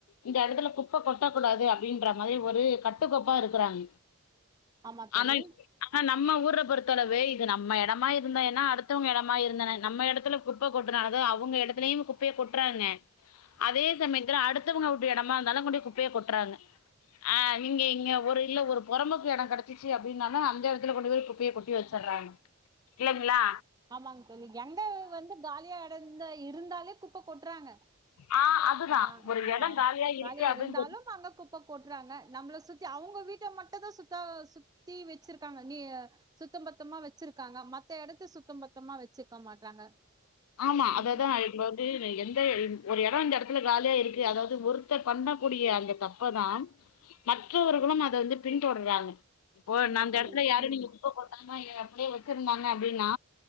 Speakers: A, on the left; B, on the right.
A: இந்த எடத்துல குப் ப்ப கொட்டக்கூடாது அப்படின்ற மாதிரி ஒரு கட்டுக்கோப்பா இருக்குறாங்
B: ஆமா தோழி
A: ஆனைல் ஆனா நம்ம ஊர பொறுத்தளவு இது நம்ம எடமா இருந்தா என்ன அடுத்தவுங்க எடமா இருந்தான்ன நம்ம எடத்துல குப்ப கொட்டனு அத அவுங்க எ டத்துலயு குப்பைய கொட்டுறாங்க அதே சமயத்துல அடுத்தவங்க வூட்டு எடமா இருந்தாலு கொண்டு போ குப்பைய கொட்றாங்க ஆ நீங்க இங்க ஒரு இல்ல ஒரு பொறம்போக்கு எடோ கெடச்சிச்சி அப்படின்னாலு அந்த எடத்துல கொண்டு போய் குப்பைய கொட்டி வச்சர் ராங்க இல்லைங்ளா
B: ஆமாங்க தோழி எங்க வந்து காலியா எடோ இருந்த இருந்தாலே குப்ப கொட்றாங்க.
A: ஆ அதுதா
B: ஆ
A: ஒரு
B: ஆ
A: எடோ இருக்கு
B: காலியா
A: அப்டின்னு
B: இருந்தாலும் அங்க குப் ப்ப கொட்டுறாங்க நம்மள சுத்தி அவுங்க வீட்ட மட்டுந்தா சுத்தா சுத்தி வச்சிருக்காங்க நீ சுத்த பத்தமா வச்சிருக்காங்க மத்த எடத்த சுத்தம் பத்தமா வச்சிக்க மாட்றாங்க.
A: ஆமா
B: ம்
A: அததா <unintelligible> வந்து இந்த எந் த ன் ஒரு எடோ இந்த எடத்துல காலியா இருக்கு அதாவ்து ஒருத்தர் பண்ணக்கூடிய அந்த தப்பதா மற்றவர்களும் அத வந்து பின் தொடர்றாங்க இப்போ
B: ஆமா
A: நா அந்த
B: தோழி
A: எடத்துல யாரும்
B: ம்
A: நீங்க குப்ப போட்டா டாம ஏ அப்டியே வச்சிருந்தாங்க அப்டின்னா